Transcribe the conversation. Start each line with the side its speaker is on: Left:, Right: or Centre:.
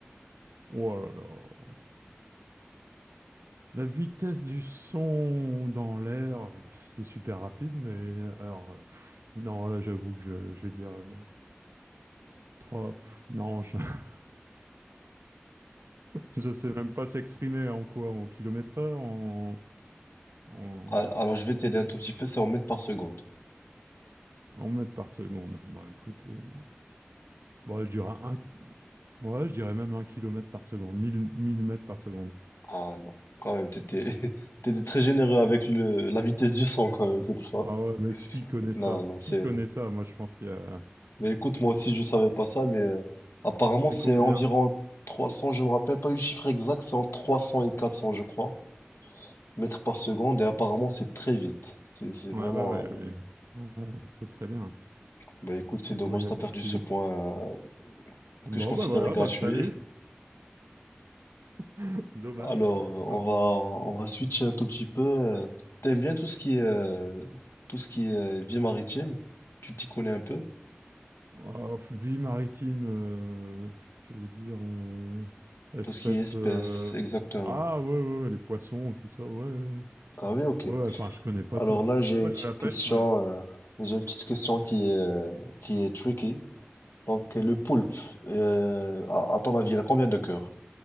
Right: Oh là là. La vitesse du son dans l'air, c'est super rapide, mais alors, pff, non, là, j'avoue que je, je vais dire euh, trois. pff, non, je, <laughs> je sais même pas s'exprimer en quoi, en kilomètres heure, en, en,
Left: Ah, Alors, je vais t'aider un tout petit peu, c'est en mètres par seconde.
Right: en mètres par seconde. Bon, écoute, euh, bon, je dirais un, ouais, je dirais même un kilomètre par seconde, mille 1000 mètres par seconde.
Left: Ah non, quand même, t'étais, <laughs> t'étais très généreux avec le, la vitesse du son quand même cette fois.
Right: Ah ouais, mais qui connaît
Left: Non,
Right: ça?
Left: non,
Right: Qui
Left: c'est...
Right: connaît ça? Moi, je pense qu'il y a.
Left: Mais écoute, moi aussi, je savais pas ça, mais euh, apparemment,
Right: C'est
Left: c'est
Right: combien?
Left: environ 300, je me rappelle pas du chiffre exact, c'est entre 300 et 400, je crois, mètres par seconde, et apparemment, c'est très vite. C'est c'est
Right: Ah
Left: vraiment...
Right: bah Oui, ouais.
Left: euh,
Right: Ouais, ce serait bien.
Left: Bah écoute, c'est
Right: de
Left: dommage,
Right: voyager
Left: t'as perdu
Right: aussi
Left: ce
Right: vite.
Left: point euh,
Right: Bon,
Left: que je considérais
Right: bah voilà,
Left: gratuit.
Right: bah salut, <laughs> dommage.
Left: Alors,
Right: Hein,
Left: on va on va switcher un tout petit peu. euh, T'aimes bien tout ce qui est euh, tout ce qui est euh, vie maritime? Tu t'y connais un peu?
Right: Oh, vie maritime, euh, tu veux dire euh, espèce...
Left: Tout ce qui est espèces,
Right: euh,
Left: exactement.
Right: Ah ouais, ouais, ouais, les poissons, tout ça, ouais, ouais.
Left: Ah oui, ok.
Right: Ouais, ouais, enfin, je connais pas
Left: Alors
Right: tout.
Left: là, j'ai
Right: Des fois,
Left: une
Right: je
Left: petite
Right: vais à la pêche,
Left: question.
Right: mais...
Left: euh, j'ai une petite question qui est euh, qui est tricky. Donc le poulpe, euh, à, à ton avis, il a combien de cœurs?